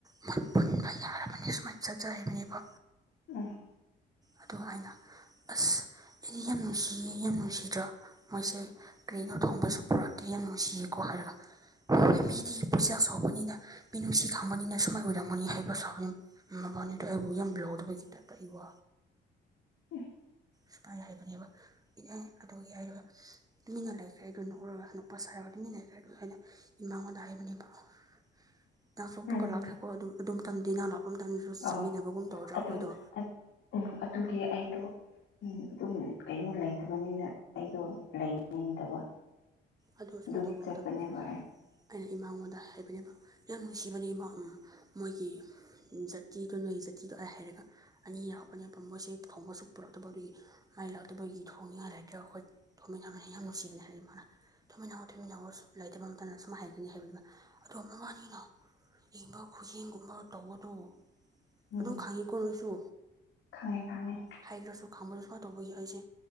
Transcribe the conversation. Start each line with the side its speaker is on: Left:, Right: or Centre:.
Right: ꯃꯣꯏ ꯄꯨꯟꯕ ꯌꯥꯔꯕꯅꯤ ꯁꯨꯃꯥꯏꯅ ꯆꯠꯆꯥ ꯍꯥꯏꯕꯅꯦꯕ
Left: ꯎꯝ
Right: ꯑꯗꯨꯒ ꯑꯩꯅ ꯑꯁ ꯑꯩꯗꯤ ꯌꯥꯝ ꯅꯨꯡꯁꯤꯌꯦ ꯌꯥꯝ ꯅꯨꯡꯁꯤꯗ꯭ꯔꯣ ꯃꯣꯏꯁꯦ ꯀꯔꯤꯅꯣ ꯊꯣꯡꯕꯁꯨ ꯄꯨꯔꯥꯛꯇꯦ ꯅꯨꯡꯁꯤꯌꯦꯀꯣ ꯍꯥꯏꯔꯒ ꯃꯤꯗꯤ ꯄꯨꯆꯦꯜ ꯆꯥꯎꯕꯅꯤꯅ ꯃꯤꯅꯨꯡꯁꯤ ꯈꯪꯕꯅꯤꯅ ꯁꯨꯃꯥꯏ ꯑꯣꯏꯔꯝꯃꯣꯏꯌꯦꯍꯥꯏꯕ ꯁꯥꯎꯅꯤꯡ ꯃꯕꯥꯅꯤꯗꯣ ꯑꯩꯕꯨ ꯌꯥꯝ ꯂꯥꯎꯗꯕꯒꯤ ꯇꯥꯏꯞꯇ ꯑꯩꯕꯣ
Left: <unintelligible>
Right: ꯁꯨꯐꯥꯏ ꯍꯥꯏꯕꯅꯦꯕ ꯏꯑꯦ ꯑꯗꯨꯒꯤ ꯍꯥꯏꯔꯒ ꯇꯨꯃꯤꯟꯅ ꯂꯩꯈ꯭ꯔꯦꯗꯨ ꯅꯣꯛꯔꯒ ꯅꯣꯛꯄꯥ ꯁꯥꯔꯒ ꯇꯨꯃꯤꯟꯅ ꯂꯩꯈ꯭ꯔꯦ ꯑꯗꯨꯒ ꯑꯩꯅ ꯏꯃꯥꯉꯣꯟꯗ ꯍꯥꯏꯕꯅꯦꯕ <unintelligible>
Left: ꯎꯝ
Right: ꯂꯥꯛꯈ꯭ꯔꯦꯀꯣ ꯑꯗꯨ ꯑꯗꯨꯝꯇꯪꯗꯤ ꯅꯪ ꯂꯥꯛꯄ ꯃꯇꯝ ꯑꯗꯨ
Left: ꯑꯣ
Right: ꯆꯪꯃꯤꯟꯅꯕꯒꯨꯝ ꯇꯧꯗ꯭ꯔꯥ
Left: ꯑꯗꯨ
Right: ꯑꯩꯈꯣꯏꯗꯣ
Left: ꯎꯝ ꯑꯗꯨꯒꯤ ꯑꯩꯗꯣ ꯎꯝ ꯑꯗꯨꯝ ꯀꯩꯅꯣ ꯂꯩꯇꯕꯅꯤꯅ ꯑꯩꯗꯣ ꯂꯩ ꯅꯤꯡꯗꯕ
Right: ꯑꯗꯨ ꯁꯨꯃꯥꯏꯅ
Left: ꯑꯗꯨꯒꯤ
Right: ꯇꯧꯕ
Left: ꯆꯠꯄꯅꯦꯕ
Right: ꯃꯇꯝꯗ
Left: ꯑꯩ
Right: ꯑꯩꯅ ꯏꯃꯥꯉꯣꯟꯗ ꯍꯥꯏꯕꯅꯦꯕ ꯌꯥꯝ ꯅꯨꯡꯁꯤꯕꯅꯦ ꯏꯃꯥ ꯃꯣꯏꯒꯤ ꯖꯥꯇꯤꯗꯨ ꯅꯣꯏꯒꯤ ꯖꯥꯇꯤꯗꯣ ꯑꯩ ꯍꯥꯏꯔꯒ ꯑꯅꯤ ꯌꯥꯎꯔꯛꯄꯅꯦꯕ ꯃꯣꯏꯁꯦ ꯊꯣꯡꯕꯁꯨꯛ ꯄꯨꯔꯛꯇꯕ ꯑꯗꯨꯒꯤ ꯑꯩ ꯂꯥꯛꯇꯕꯒꯤ ꯊꯣꯡꯅꯤꯡꯉꯥꯏ ꯂꯩꯥꯏꯇ꯭ꯔꯒ ꯑꯩꯈꯣꯏ ꯊꯣꯡꯃꯤꯟꯅꯕꯅꯦ ꯌꯥꯝ ꯅꯨꯡꯁꯤꯕꯅꯤ ꯍꯥꯏ ꯏꯃꯥꯅ ꯇꯨꯃꯤꯟꯅꯧꯑꯣ ꯇꯨꯃꯤꯟꯅꯧꯑꯣ ꯁꯨꯝ ꯂꯩꯇꯕ ꯃꯊꯟꯇ ꯁꯨꯝ ꯍꯥꯏꯒꯅꯤ ꯍꯥꯏꯕꯅꯤ ꯑꯗꯣ ꯃꯕꯥꯥꯅꯤꯗꯣ ꯏꯪꯕ ꯈꯨꯌꯦꯡꯒꯨꯝꯕ ꯇꯧꯕꯗꯨ
Left: ꯎꯝ
Right: ꯑꯗꯨꯝ ꯈꯪꯉꯤꯀꯣ ꯅꯣꯏꯁꯨ
Left: ꯈꯪꯉꯦ ꯈꯪꯉꯦ
Right: ꯍꯥꯏꯗ꯭ꯔꯁꯨ ꯈꯥꯡꯕꯗ ꯁꯨꯃꯥꯏꯅ ꯇꯧꯕꯒꯤ ꯑꯩꯁꯦ